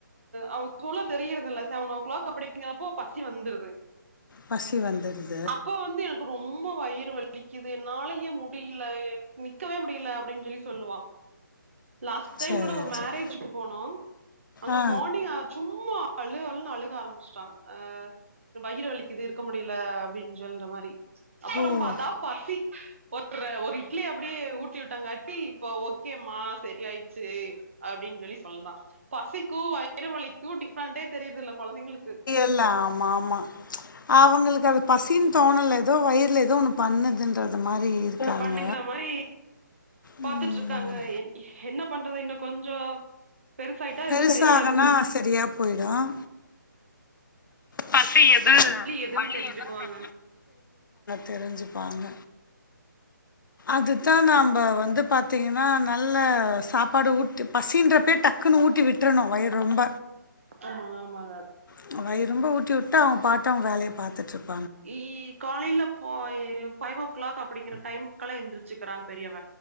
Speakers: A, on the right; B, on the left.
A: அ <unintelligible> தெரியறதில்ல செவனோ கிளாக் அப்டிங்கறப்போ பசி வந்துருது
B: பசிவந்துருது
A: அப்போ வந்து என ரொம்ப வயிறு வலிக்குது என்னாலயே முடியில நிக்கவே முடில அப்டின் சொல்லி சொல்லுவா லாஸ்ட் டைம்
B: சரி
A: கூட ஒரு மேரேஜுக்கு
B: சரி
A: போனோ அங்க
B: ஆ
A: மார்னிங் அ சும்மா அழுஅழுன் அழுக ஆரம்பிச்ட்டா ஆ வயிறுவலி கிது இருக்க முடியில அப்டின் சொல்றமாரி அப்பற
B: ஓ
A: பாத்தா பசி ஒர் ர்ர ஒரு இட்லி அப்பிடியே ஊட்டி விட்டாங்காட்டி இப்ப ஓகேம்மா சரி ஆயிச் சு அப்டின் சொல்லி சொல்றா பசிக்கு வயிறுவலிக்கு டிப் பிரெண்டே தெரியர்தில்ல கொழந்தைங்களுக்கு
B: இல்ல ஆமா ஆமா அவங்களுக்கு அது பசின் தோணல ஏதோ வயர்ல ஏதோ ஒன்னு பண்ணுதுன்றது மாரி இருக்காங்க
A: பண்ணுங்கிற மாதிரி
B: ம்
A: பாத்துட்டு இருக்காங்க என்ன பண்றது இன்னு கொஞ்சோ பெருசாயிட்டா
B: பெருசாகனா
A: எதோ தெரியாது
B: சரியா போயிடும் பசி எது
A: எதுன்னு
B: வலி
A: தெரிஞ்சுக்குவாங்க
B: எதுன் தெரிஞ்சிகுவாங்க அதுதா நம்ப வந்து பாத்தீங்கன்னா நல்ல சாப்பாடு ஊட் பசின்றப்பே டக்குனு ஊட்டி விட்றணு வயிற்ரொம்ப
A: ஆமாங்க ஆமாங்க
B: இப்ப வயிரொம்ப ஊட்டிவுட்டா அவுங்பாட்டு அவுங் வேலய பாத்திட்ருப்
A: இ காலிலபோய் ஃபை வோ கிளாக் அப்டிங்கிற டைமுக்கெலா எந்திரிச்சிக்கிறாங் பெரியவ